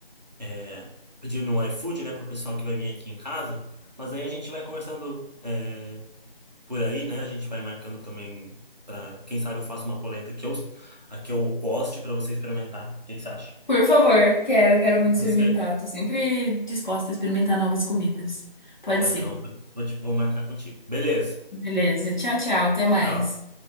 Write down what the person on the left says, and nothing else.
Por favor, quero, quero muito
experimentar.
Tô sempre disposta a experimentar novas comidas. Pode
ser.
Beleza. Tchau, tchau. Até mais.